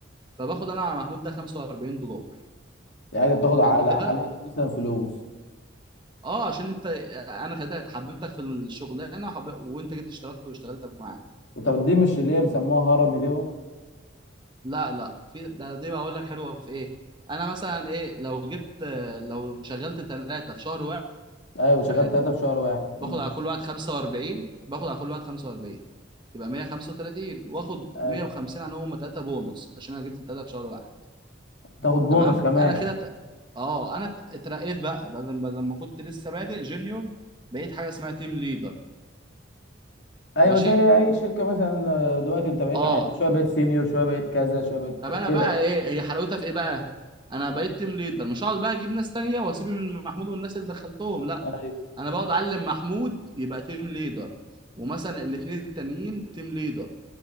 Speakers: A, on the right; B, on the left.
A: فباخد انا على محمود ده 45 دولار
B: يعني بتاخد على
A: حلو كده
B: على مثلا فلوس
A: اه عشان انت انا خدتك حببتك في الشغلانه وحب... وانت جيت اشتركت واشتغلت معانا
B: طب دي مش اللي هي بيسموها هرمي دوت
A: لا لا في ده دي بقى اقول لك حلوه في ايه انا مثلا ايه لو جبت لو شغلت ثلاثه في شهر
B: ايوه شغال
A: واحد
B: ثلاثه في شهر واحد امم
A: باخد على كل واحد 45 باخد على كل واحد 45 يبقى 135 واخد
B: ايوه
A: 150 عنهم هم ثلاثه بونص عشان انا جبت الثلاثه في شهر واحد
B: تاخد بونص
A: تمام
B: كمان
A: انا كده ت... اه انا ات- اترقيت بقى بدل بدل ما كنت لسه بادئ جونيور بقيت حاجه اسمها تيم ليدر
B: ايوه
A: ماشي
B: زي اي شركه مثلا آه، دلوقتي انت بقيت
A: اه
B: عادي شويه بقيت سينيور شويه بقيت كذا شويه بقيت
A: طب
B: كذا
A: انا
B: كده
A: بقى ايه هي حلاوتها في ايه بقى انا بقيت تيم ليدر مش هقعد بقى اجيب ناس تانية واسيب من محمود والناس اللي دخلتهم لا
B: ايوه
A: انا بقعد اعلم محمود يبقى تيم ليدر ومثلا الاثنين التانيين تيم ليدر